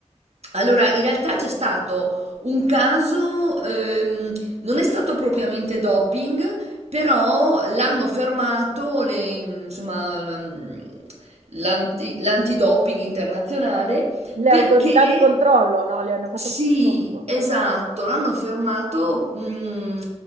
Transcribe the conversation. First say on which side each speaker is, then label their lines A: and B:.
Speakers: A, on the right (about 65°); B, on the right (about 80°).
A: Allora, in realtà c'è stato un caso, ehm, non è stato propriamente doping, però l'hanno fermato le- insomma, l'am- l'anti- l'antidoping internazionale
B: Le
A: perché
B: autorità di controllo, no? Le hanno fatto
A: sì,
B: un controllo.
A: esatto, l'hanno fermato mh,